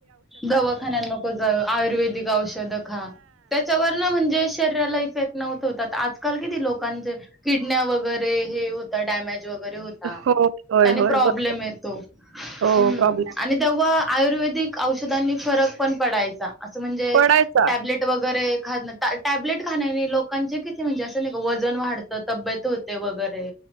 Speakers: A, in the centre; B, on the right.
A: दवाखान्या नको जाव आयुर्वेदिक औषधं हा त्याच्यावरन म्हणजे शरीराला इफेक्ट नव्हत होत आजकाल किती लोकांचे किडण्या वगैरे हे होता डॅमेज वगैरे होत हा,
B: हो होय
A: त्याने
B: होय
A: प्रॉब्लेम
B: बरोबर
A: येतो हम्म.
B: हो प्रॉब्लेम
A: आणि तेव्हा आयुर्वेदिक औषधांनी फरक पण पडायचा असं म्हणजे
B: पडायचा
A: टॅबलेट वगैरे खात टॅबलेट खाण्याने लोकांचे किती म्हणजे असं नाही का वजन वाढतं तब्येत होते वगैरे.